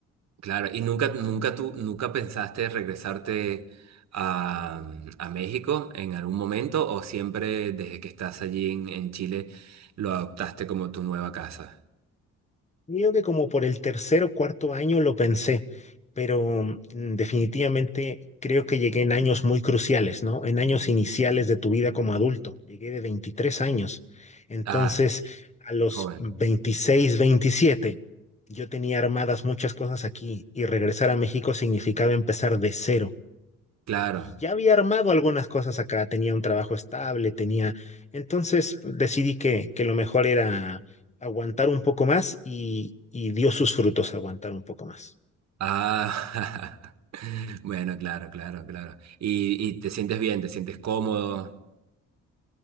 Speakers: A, on the right; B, on the left.
A: Claro. ¿Y nunca, nunca tú, nunca pensaste regresarte a, mm, a México en algún momento o siempre desde que estás allí en, en Chile lo adoptaste como tu nueva casa?
B: Creo que como por el tercer o cuarto año lo pensé, pero mm, definitivamente creo que llegué en años muy cruciales, ¿no? En años iniciales de tu vida como adulto. Llegué de 23 años. Entonces,
A: Ah,
B: a los
A: joven,
B: 26, 27 yo tenía armadas muchas cosas aquí y regresar a México significaba empezar de cero
A: claro.
B: y ya había armado algunas cosas acá, tenía un trabajo estable, tenía... Entonces pues, decidí que, que lo mejor era aguantar un poco más y, y dio sus frutos aguantar un poco más.
A: Ah, <laughs> bueno, claro, claro, claro. Y, y te sientes bien, te sientes cómodo.